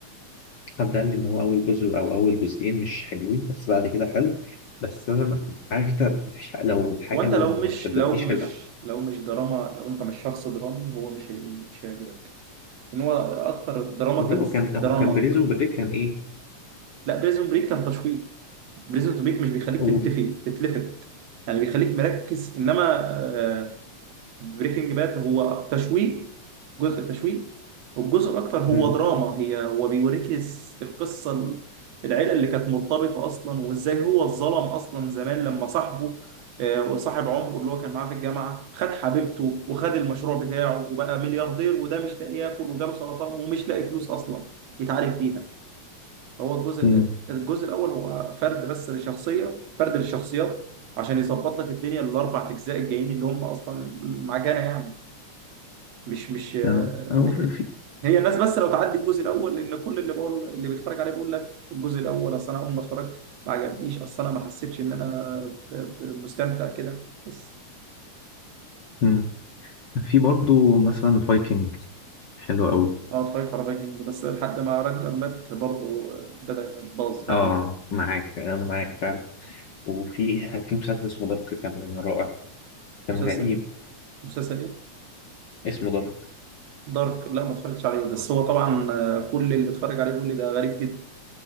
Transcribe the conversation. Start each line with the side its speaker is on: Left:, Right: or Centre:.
Left: حد قال لي ان هو اول جزء او اول جزئين مش حلوين بس بعد كده حلو بس انا ما- عارف انت ما فيش حق- لو الحاجه
Right: وانت
Left: اللي
Right: لو مش
Left: ما شدتنيش
Right: لو مش
Left: حلوه
Right: لو مش دراما لو انت مش شخص درامي هو مش هي- مش هيعجبك ان هو اكتر دراما
Left: ليه
Right: تمس
Left: هو كان
Right: دراما
Left: هو كان بريزون بريك كان ايه
Right: لا بريزون بريك كان تشويق بريزون بريك مش بيخليك
Left: هو
Right: تلتفت تتلفت يعني بيخليك مركز انما آه، بريكنج باد هو تشويق جزء تشويق والجزء الاكتر هو
Left: مم.
Right: دراما هي هو بيوريك الس- القصه ال- العيله اللي كانت مرتبطه اصلا وازاي هو اتظلم اصلا زمان لما صاحبه آه، وصاحب عمره اللي هو كان معاه في الجامعه خد حبيبته وخد المشروع بتاعه وبقى ملياردير وده مش لاقي ياكل وجاله سرطان ومش لاقي فلوس اصلا يتعالج بيها هو الجزء
Left: امم
Right: الأ- الجزء الاول هو فرد بس لشخصيه فرد للشخصيات عشان يظبط لك الدنيا الاربع اجزاء الجايين اللي هم اصلا معجنه يعني مش مش
Left: آه.
Right: م-
Left: أو في في
Right: هي الناس بس لو تعدي الجزء الاول لان كل اللي بقول اللي بيتفرج عليه بيقول لك الجزء الاول اصل انا اول ما اتفرجت ما عجبنيش اصل انا ما حسيتش ان انا ب- ب- مستمتع كده بس
Left: مم. في برضه مثلا فايكنج حلو قوي
Right: انا اتفرجت على فايكنج بس لحد ما راجنر مات برضه بدأ باظ بعديها
Left: اه معاك انا معاك فعلا وفي في مسلسل اسمه دارك كان رائع كان
Right: مسلسل
Left: غريب
Right: مسلسل ايه؟
Left: اسمه دارك
Right: دارك لا ما اتفرجتش عليه بس هو طبعا آه، كل اللي اتفرج عليه بيقول لي ده غريب جدا